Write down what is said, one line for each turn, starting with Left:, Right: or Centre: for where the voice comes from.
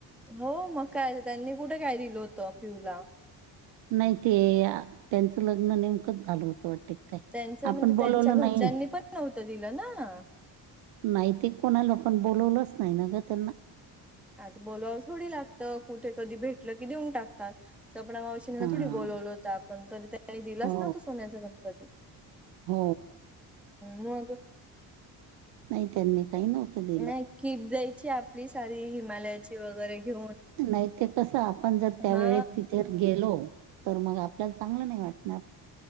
Centre: हो मग काय त्यांनी कुठे काय दिलं होत पीहूला.
Right: नाही ते त्यांचं लग्न नेमकंच झालं होतं वाटते. काय
Centre: त्यांचं
Right: आपण
Centre: म्हणजे
Right: बोलवलं
Centre: त्यांच्या घरच्यांनी
Right: नाही
Centre: पण नव्हतं दिलं ना.
Right: नाही ते कोणाला पण बोलवलंच नाही ना ग त्यांना.
Centre: आता बोलवा थोडी लागतं कुठे कधी भेटलं की देऊन टाक ता सपणा मावशीनीना
Right: हा
Centre: थोडी बोलवलं होत आपण तरी दिलाच
Right: हो
Centre: ना तो सोन्याचा गणपती.
Right: हो
Centre: मग
Right: नाही त्यांनी काही नव्हतं दिलं
Centre: नाही किट देयायची आपली साारी हिमालयाची वगैरे घेऊन.
Right: नाही ते कसं आपण जर त्यावेेळे
Centre: हा
Right: तिथे गेलो तर मग आपल्याला चांगलं नाही वाटणार